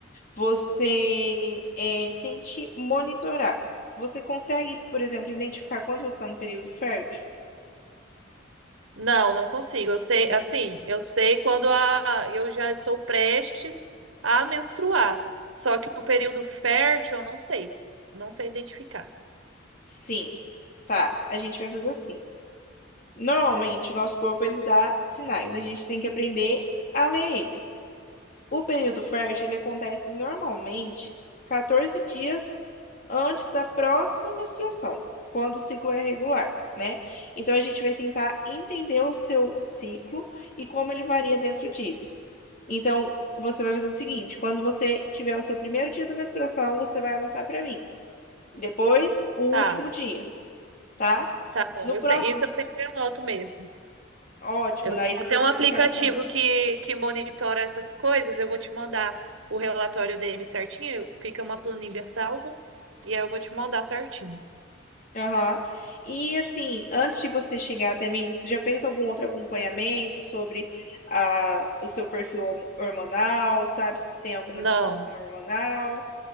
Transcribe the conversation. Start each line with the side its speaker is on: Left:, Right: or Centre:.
Left: Você é, tente monitorar. Você consegue, por exemplo, identificar quando você está no período fértil?
Right: Não, não consigo. Eu sei,
Left: Na-
Right: assim, eu sei quando a, eu já estou prestes a menstruar, só que o período fértil eu não sei, não sei identificar.
Left: Sim, tá. A gente vai fazer assim. Normalmente, o nosso corpo ele dá sinais. A gente tem que aprender a ler ele. O período fértil ele acontece normalmente 14 dias antes da próxima menstruação, quando o ciclo é regular, né? Então a gente vai tentar entender o seu ciclo e como ele varia dentro disso. Então você vai fazer o seguinte: quando você tiver o seu primeiro dia da menstruação, você vai anotar para mim. Depois, o
Right: Tá,
Left: último dia, tá?
Right: tá bom.
Left: No
Right: Eu
Left: próximo,
Right: sei- isso eu sempre anoto mesmo.
Left: ótimo,
Right: Eu
Left: daí
Right: tenho
Left: depois
Right: até um
Left: você
Right: aplicativo
Left: já me manda.
Right: que, que monitora essas coisas. Eu vou te mandar o relatório dele certinho. Fica uma planilha salva. E aí eu vou te mandar certinho.
Left: Aham. E assim, antes de você chegar até mim, você já fez algum outro acompanhamento sobre a, o seu perfil horm- hormonal, sabe se tem alguma
Right: Não,
Left: disfunção hormonal?